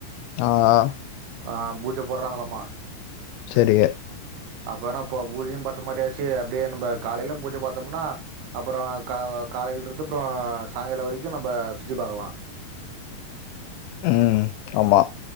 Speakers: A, on the left; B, on the right.
A: ஆ ஆ
B: ஆ பூஜ போட்றாங்களாமா
A: செரி
B: அப்பனா ப பூஜையு பாத்த மாரியாச்சு அப்டியே நம்ப காலையில பூஜ பத்தோம்னா அப்புறோ கா காலையில இருந்து அப்புறோ சாயங்காலோ வரைக்கு நம்ம சுத்தி பாக்கலா
A: ம் ஆமா